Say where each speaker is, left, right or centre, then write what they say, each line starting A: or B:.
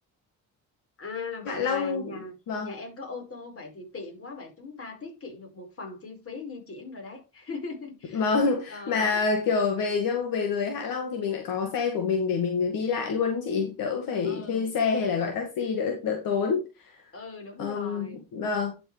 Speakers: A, on the left; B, on the left.
A: à vậy
B: Hạ
A: là
B: Long
A: nhà
B: vâng
A: nhà em có ô tô vậy thì tiện quá vậy chúng ta tiết kiệm được một phần chi phí di chuyển rồi đấy <laughs>
B: Vâng,
A: rồi
B: <laughs> mà kiểu về trong về dưới Hạ Long thì mình lại có xe của mình để mình đi lại luôn ý chị, đỡ phải
A: ừ
B: thuê xe hay là gọi taxi đỡ đỡ tốn.
A: ừ đúng
B: Ờm,
A: rồi
B: vâng,